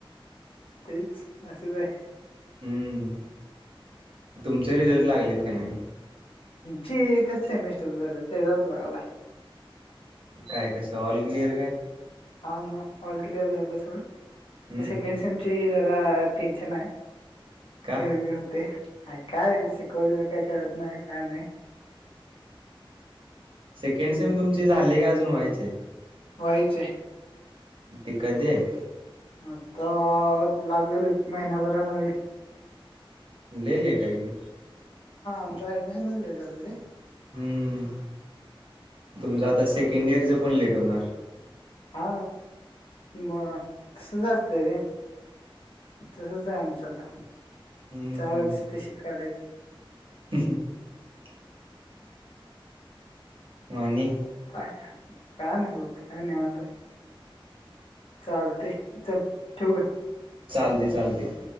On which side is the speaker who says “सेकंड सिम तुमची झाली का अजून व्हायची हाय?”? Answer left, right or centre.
Right